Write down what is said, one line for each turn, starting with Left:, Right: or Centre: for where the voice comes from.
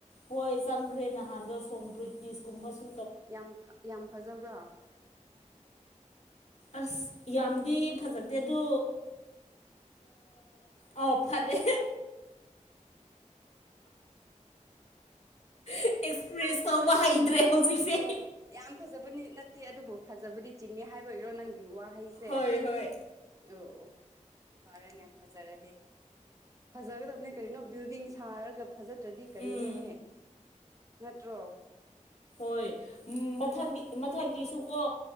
Left: ꯍꯣꯏ ꯆꯪꯈ꯭ꯔꯦ ꯅꯍꯥꯟꯗꯣ ꯁꯣꯄ꯭ꯔꯤꯠ ꯀꯁ ꯀꯨꯝꯕꯁꯨ
Right: ꯌꯥꯝ ꯌꯥꯝ ꯐꯖꯕ꯭ꯔꯥ
Left: ꯑꯁ ꯌꯥꯝꯗꯤ ꯐꯖꯗꯦ ꯑꯗꯨ ꯑꯥꯎ ꯐꯔꯦ ꯑꯦꯛꯁꯄ꯭ꯔꯦꯁ
Right: ꯐꯖ
Left: ꯇꯧꯕ ꯍꯩꯇ꯭ꯔꯦ ꯍꯧꯖꯤꯛꯁꯦ
Right: ꯑꯣ ꯌꯥꯝ ꯐꯖꯕꯅꯤ ꯅꯠꯇꯦ ꯑꯗꯨꯕꯨ ꯐꯖꯕꯨꯗꯤ ꯆꯤꯡꯉꯦ ꯍꯥꯏꯕ ꯑꯣꯏꯔꯣ ꯅꯪꯒꯤ ꯑꯩ ꯋꯥꯍꯩꯁꯦ
Left: ꯍꯣꯏ
Right: ꯑꯣ
Left: ꯍꯣꯏ
Right: ꯑꯣ ꯐꯔꯦꯅꯦ ꯐꯖꯔꯗꯤ ꯐꯖꯒꯗꯕꯅꯦ ꯀꯔꯤꯩꯅꯣ ꯕꯤꯜꯗꯤꯡ ꯁꯥꯔ ꯑꯗꯨꯒ ꯐꯖꯗ꯭ꯔꯗꯤ ꯀꯔꯤꯅꯣꯍꯦ
Left: ꯎꯝ
Right: ꯅꯠꯇ꯭ꯔꯣ
Left: ꯍꯣꯏ ꯎꯝ ꯃꯊꯛꯀꯤ ꯃꯊꯛꯀꯤꯁꯨ ꯀꯣ